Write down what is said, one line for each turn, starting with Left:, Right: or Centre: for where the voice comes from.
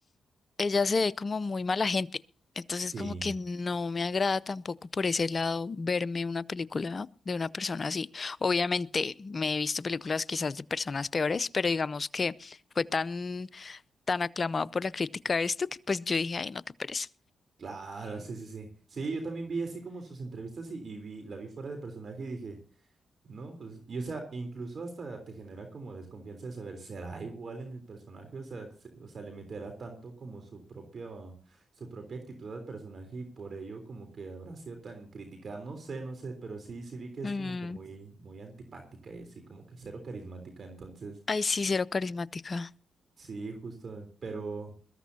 Left: ella se ve como muy mala gente. Entonces
Right: Sí,
Left: como que no me agrada tampoco por ese lado verme una película de una persona así. Obviamente me he visto películas quizás de personas peores, pero digamos que fue tan, tan aclamado por la crítica de esto que pues yo dije, ay no, qué pereza.
Right: claro, sí, sí, sí. Sí, yo también vi así como sus entrevistas y, y vi, la vi fuera de personaje y dije, No, pues, y o sea, incluso hasta te genera como desconfianza de saber, ¿será igual en el personaje? O sea, se- o sea, le meterá tanto como su propio, su propia actitud al personaje y por ello como que habrá sido tan criticada. No sé, no sé, pero sí, sí vi que es
Left: Mm,
Right: como que muy, muy antipática y así, como que cero carismática. Entonces,
Left: Ay sí, cero carismática.
Right: sí, justo, pero.